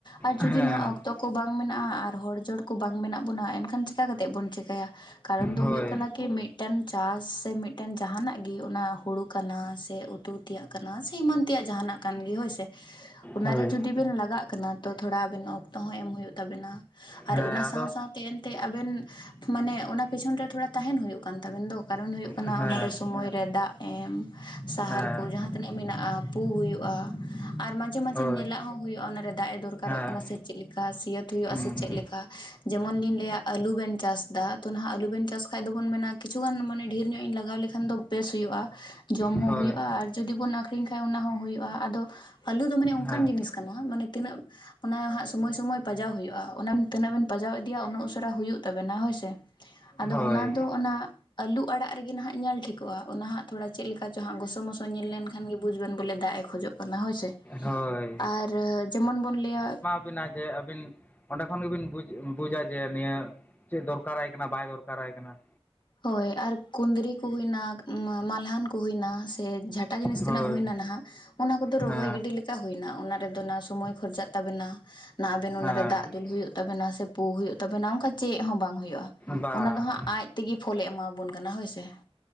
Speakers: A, on the left; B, on the left.
A: ᱟᱨ ᱡᱩᱫᱤ
B: ᱦᱮᱸ
A: ᱱᱟᱦᱟᱜ ᱚᱠ ᱫᱚ ᱠᱚ ᱵᱟᱝ ᱢᱮᱱᱟᱜᱼᱟ ᱟᱨ ᱦᱚᱲ ᱡᱳᱲ ᱠᱚ ᱵᱟᱝ ᱢᱮᱱᱟᱜ ᱵᱚᱱᱟ ᱮᱱᱠᱷᱟᱱ ᱪᱤᱠᱟ ᱠᱟᱛᱮ ᱵᱚᱱ ᱪᱮᱠᱟᱭᱟ ᱠᱟᱨᱚᱱ ᱫᱚ
B: ᱦᱳᱭ
A: ᱦᱩᱭᱩᱜ ᱠᱟᱱᱟ ᱠᱤ ᱢᱤᱫᱴᱮᱱ ᱪᱟᱥ ᱥᱮ ᱢᱤᱫ ᱢᱤᱫᱴᱮᱱ ᱡᱟᱦᱟᱱᱟᱜ ᱜᱮ ᱚᱱᱟ ᱦᱩᱲᱩ ᱠᱟᱱᱟ ᱥᱮ ᱩᱛᱩ ᱛᱮᱭᱟᱜ ᱠᱟᱱᱟ ᱥᱮ ᱮᱢᱟᱱ ᱛᱮᱭᱟᱜ ᱡᱟᱦᱟᱱᱟᱜ ᱠᱟᱱ ᱜᱮ ᱦᱳᱭ ᱥᱮ ᱚᱱᱟ
B: ᱦᱳᱭ
A: ᱨᱮ ᱡᱩᱫᱤ ᱵᱤᱱ ᱞᱟᱜᱟᱜ ᱠᱟᱱᱟ ᱛᱚ ᱛᱷᱚᱲᱟ ᱟᱵᱮᱱ ᱚᱯᱷᱼᱼ ᱦᱚᱸ ᱮᱢ ᱦᱩᱭᱩᱜ ᱛᱟᱵᱮᱱᱟ ᱟᱨ
B: ᱦᱮᱸ
A: ᱚᱱᱟ ᱥᱟᱶ
B: ᱟᱫᱚ
A: ᱥᱟᱶ ᱛᱮ ᱮᱱᱛᱮ ᱟᱵᱮᱱ ᱢᱟᱱᱮ ᱚᱱᱟ ᱯᱤᱪᱷᱚᱱ ᱨᱮ ᱛᱷᱚᱲᱟ ᱛᱟᱦᱮᱱ ᱦᱩᱭᱩᱜ ᱠᱟᱱ ᱛᱟᱵᱮᱱ ᱫᱚ᱾ ᱠᱟᱨᱚᱱ ᱦᱩᱭᱩᱜ ᱠᱟᱱᱟ
B: ᱦᱮᱸ
A: ᱚᱱᱟ ᱨᱮ ᱥᱚᱢᱚᱭ ᱨᱮ ᱫᱟᱜ ᱮᱢ ᱥᱟᱦᱟᱨ
B: ᱦᱮᱸ
A: ᱠᱚ ᱡᱟᱦᱟᱸ ᱛᱤᱱᱟᱹᱜ ᱢᱮᱱᱟᱜᱼᱟ ᱯᱩ ᱦᱩᱭᱩᱜᱼᱟ᱾ ᱟᱨ ᱢᱟᱡᱷᱮ ᱢᱟᱡᱷᱮ
B: ᱦᱳᱭ
A: ᱧᱮᱞᱟᱜ ᱦᱚᱸ ᱦᱩᱭᱩᱜᱼᱟ, ᱚᱱᱟ ᱨᱮ ᱫᱟᱜ ᱮ ᱫᱚᱨᱠᱟᱨᱚᱜ
B: ᱦᱮᱸ
A: ᱠᱟᱱᱟ ᱥᱮ ᱪᱮᱫ ᱞᱮᱠᱟ ᱥᱤᱭᱟᱹᱛ ᱦᱩᱭᱩᱜᱼᱟ
B: ᱦᱩᱸ
A: ᱥᱮ ᱪᱮᱫ᱾ <unintelligible> ᱡᱮᱢᱚᱱ ᱞᱤᱧ ᱞᱟᱹᱭᱟ ᱟᱹᱞᱩ ᱵᱮᱱ ᱪᱟᱥ ᱮᱫᱟ ᱛᱚ ᱱᱟᱜ ᱟᱹᱞᱩ ᱵᱮᱱ ᱪᱟᱥ ᱠᱷᱟᱡ ᱫᱚᱵᱚᱱ ᱢᱮᱱᱟ ᱠᱤᱪᱷᱟ ᱜᱟᱱ ᱰᱷᱮᱨ ᱧᱚᱜ ᱧᱚᱜ ᱤᱧ ᱞᱟᱜᱟᱣ ᱞᱮᱠᱷᱟᱱ ᱫᱚ ᱵᱮᱥ ᱦᱩᱭᱩᱜᱼᱟ᱾ ᱡᱚᱢ
B: ᱦᱳᱭ
A: ᱦᱚᱸ ᱦᱩᱭᱩᱜᱼᱟ ᱟᱨ ᱡᱩᱫᱤ ᱵᱚᱱ ᱟᱠᱷᱨᱤᱧ ᱠᱷᱟᱡ ᱚᱱᱟ ᱦᱚᱸ ᱦᱩᱭᱩᱜᱼᱟ᱾ ᱟᱫᱚ ᱟᱹᱞᱩ ᱫᱚ ᱢᱟᱱᱮ ᱚᱱᱠᱟᱱ
B: ᱦᱮᱸ
A: ᱡᱤᱱᱤᱥᱼᱼ ᱠᱟᱱᱟ ᱢᱟᱱᱮ ᱛᱤᱱᱟᱹᱜ <unintelligible> ᱥᱚᱢᱚᱭ ᱥᱚᱢᱚᱭ ᱯᱟᱡᱟᱣ ᱦᱩᱭᱩᱜᱼᱟ, ᱚᱱᱟ ᱛᱤᱱᱟᱹᱜ ᱵᱮᱱ ᱯᱟᱡᱟᱣ ᱤᱫᱤᱭᱟ ᱩᱱᱟᱹᱜ ᱩᱥᱟᱨᱟ ᱦᱩᱭᱩᱜ ᱛᱟᱵᱮᱱᱟ ᱦᱳᱭ ᱥᱮ
B: ᱦᱳᱭ
A: ᱟᱫᱚ ᱚᱱᱟ ᱫᱚ ᱚᱱᱟ ᱟᱹᱞᱩ ᱟᱲᱟᱜ ᱨᱮᱜᱮ ᱱᱟᱜ ᱧᱮᱞ ᱴᱷᱤᱠᱼᱼ <unintelligible> ᱚᱱᱟ ᱦᱟᱸᱜ ᱛᱷᱚᱲᱟ ᱪᱮᱫ ᱞᱮᱠᱟ ᱪᱚ ᱦᱟᱸᱜ ᱜᱚᱥᱚᱢᱚᱥᱚ ᱧᱮᱞ ᱞᱮᱱ ᱠᱷᱟᱱ ᱜᱮ ᱵᱩᱡᱽ ᱵᱮᱱ ᱵᱚᱞᱮ ᱫᱟᱜ ᱮ ᱠᱷᱚᱡᱚᱜᱼᱼ ᱚᱱᱟ ᱦᱳᱭ ᱥᱮ
B: ᱦᱳᱭ
A: ᱟᱨ ᱡᱮᱢᱚᱱ ᱵᱚᱱ ᱞᱟᱹᱭᱟ᱾
B: ᱟᱵᱤᱱᱟᱜ ᱡᱮ ᱟᱵᱤᱱ ᱚᱸᱰᱮ ᱠᱷᱚᱱ ᱜᱮ ᱵᱤᱱ ᱵᱩᱡ ᱵᱩᱡᱟ ᱡᱮ ᱱᱤᱭᱟᱹ ᱪᱮᱫ ᱫᱚᱨᱠᱟᱨᱟᱭ ᱠᱟᱱᱟ ᱵᱟᱭ ᱫᱚᱨᱠᱟᱨᱟᱭ ᱠᱟᱱᱟ᱾
A: ᱦᱳᱭ ᱟᱨ ᱠᱩᱸᱫᱽᱨᱤ ᱠᱚ ᱦᱩᱭᱱᱟ, ᱢᱟᱞᱦᱟᱱ ᱠᱩ ᱦᱩᱭᱱᱟ ᱥᱮ ᱡᱷᱟᱴᱼᱼ ᱮᱴᱟᱜ ᱡᱤᱱᱤᱥ
B: ᱦᱳᱭ
A: ᱛᱤᱱᱟᱹᱜ ᱦᱩᱭ ᱮ ᱱᱟᱦᱟᱜ ᱚᱱᱟ, ᱠᱚᱫᱚ ᱨᱚᱦᱚᱭ
B: ᱦᱮᱸ
A: ᱜᱤᱰᱤᱼᱼ ᱪᱮᱠᱟ ᱦᱩᱭᱱᱟ᱾ ᱚᱱᱟ ᱨᱮᱫᱚ ᱚᱱᱟ ᱥᱚᱢᱚᱭ ᱠᱷᱚᱨᱪᱟᱜ ᱛᱟᱵᱮᱱᱟ᱾ ᱚᱱᱟ ᱟᱵᱮᱱ ᱚᱱᱟ
B: ᱦᱮᱸ
A: ᱨᱮ ᱫᱟᱜ ᱫᱩᱞ ᱦᱩᱭᱩᱜ ᱛᱟᱵᱮᱱᱟ ᱥᱮ ᱯᱳ ᱦᱩᱭᱩᱜ ᱛᱟᱵᱮᱱᱟ ᱚᱱᱠᱟ ᱪᱮᱫ ᱦᱚᱸ ᱵᱟᱝ ᱦᱩᱭᱩᱜᱼᱟ᱾
B: ᱵᱟᱝ
A: ᱚᱱᱟ ᱫᱚ ᱦᱟᱸᱜ ᱟᱡ ᱛᱮᱜᱮ ᱯᱷᱳᱞᱮ ᱮᱢᱟᱵᱚᱱ ᱠᱟᱱᱟ ᱦᱳᱭ ᱥᱮ